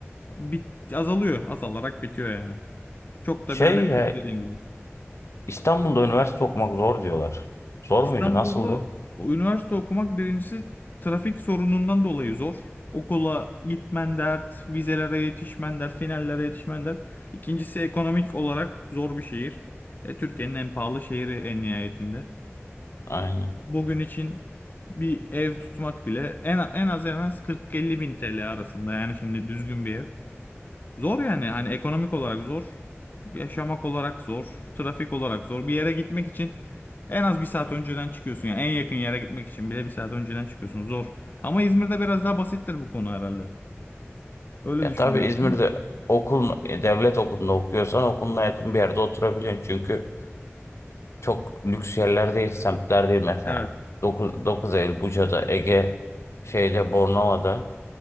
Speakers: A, on the left; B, on the left.
A: bit azalıyor, azalarak bitiyor yani. Çok
B: Şey
A: da bir önemi
B: ya,
A: yok dediğin gibi.
B: İstanbul'da üniversite okumak zor diyorlar. Zor
A: İstanbul'da
B: muydu? Nasıldı?
A: o üniversite okumak birincisi trafik sorunundan dolayı zor. Okula gitmen dert, vizelere yetişmen dert, finallere yetişmen dert. İkincisi ekonomik olarak zor bir şehir. E, Türkiye'nin en pahalı şehri en nihayetinde.
B: Aynen.
A: bugün için bir ev tutmak bile en, en az en az 40-50 bin TL arasında yani şimdi düzgün bir ev. Zor yani hani ekonomik olarak zor, yaşamak olarak zor, trafik olarak zor. Bir yere gitmek için en az bir saat önceden çıkıyorsun yani en yakın yere gitmek için bile bir saat önceden çıkıyorsun zor. Ama İzmir'de biraz daha basittir bu konu herhalde. Öyle
B: Ya
A: düşünüyorum.
B: tabii İzmir'de
A: değil mi?
B: okul e, devlet okulunda okuyorsan okuluna yakın bir yerde oturabiliyorsun. Çünkü çok lüks yerler değil, semtler değil mesela.
A: Evet.
B: 9, 9 Eylül Buca'da, Ege şeyde Bornova'da.